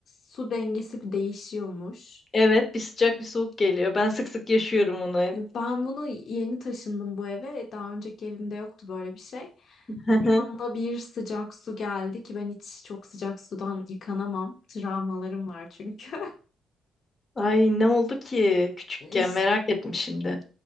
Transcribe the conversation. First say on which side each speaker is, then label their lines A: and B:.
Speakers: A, on the left; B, on the left.
A: su dengesi değişiyormuş.
B: Evet bir sıcak bir soğuk geliyor. Ben sık sık yaşıyorum onu hep.
A: E, Ben bunu yeni taşındım bu eve. Daha önceki evimde yoktu böyle bir şey.
B: <laughs>
A: Bir anda bir sıcak su geldi ki ben hiç çok sıcak sudan yıkanamam. Travmalarım var çünkü.
B: Ay ne oldu ki küçükken
A: <laughs>
B: merak ettim şimdi.